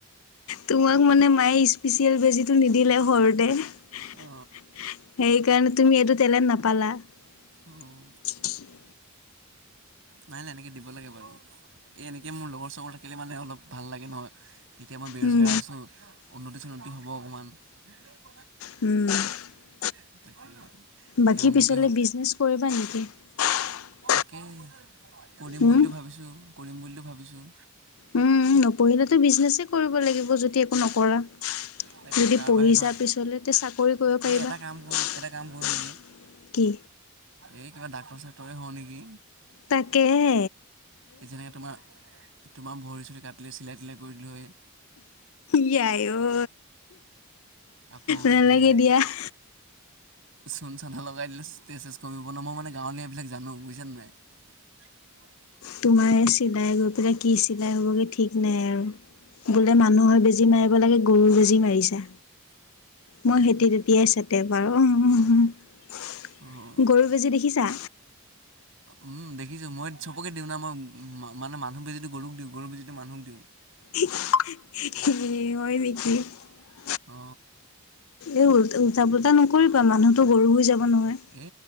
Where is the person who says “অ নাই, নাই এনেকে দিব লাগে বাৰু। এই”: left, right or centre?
Right